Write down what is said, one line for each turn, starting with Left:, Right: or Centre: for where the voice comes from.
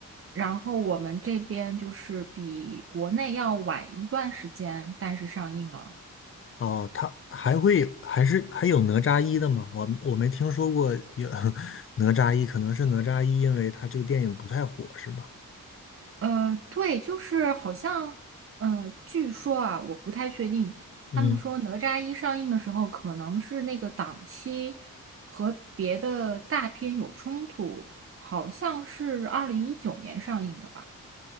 Right: 然后我们这边就是比国内要晚一段时间，但是上映了。
Left: 哦，它还会有还是还有哪吒一的吗？我我没听说过有 <laughs> 哪吒一，可能是哪吒一，因为它这个电影不太火，是吗？
Right: 呃，对，就是好像，呃，据说啊，我不太确定。
Left: 嗯，
Right: 他们说《哪吒一》上映的时候，可能是那个档期和别的大片有冲突，好像是二零一九年上映的吧？